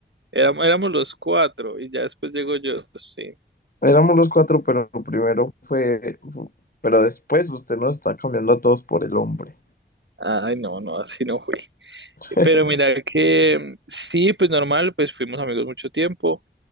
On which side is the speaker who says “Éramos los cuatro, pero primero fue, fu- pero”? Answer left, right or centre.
Left